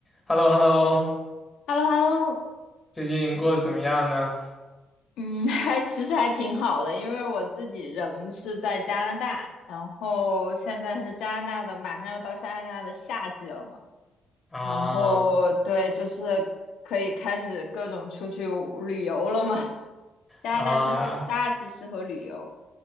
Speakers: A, on the left (about 20°); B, on the left (about 80°).
A: h e l l o h e l l o
B: h e l l o h e l l o
A: 最近过得怎么样呢？
B: 嗯嗯，<laughs> 还其实还挺好的，因为我自己人是在加拿大，然后现在是加拿大的，马上要到加拿大的夏季了嘛，
A: 啊
B: 然后对，就是可以开始各种出去旅游了嘛。加拿大就是夏季适合旅游。
A: 啊，